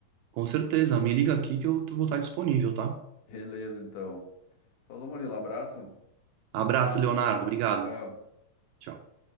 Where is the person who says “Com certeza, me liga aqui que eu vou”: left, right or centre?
Right